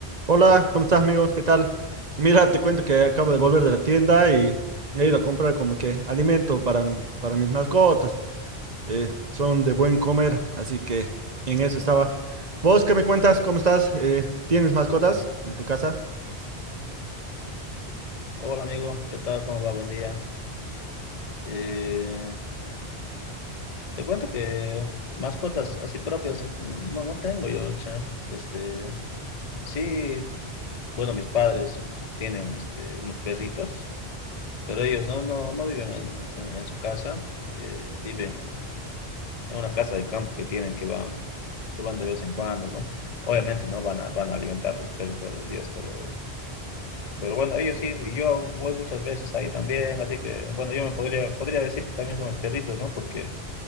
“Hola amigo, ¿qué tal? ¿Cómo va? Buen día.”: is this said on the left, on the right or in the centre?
Left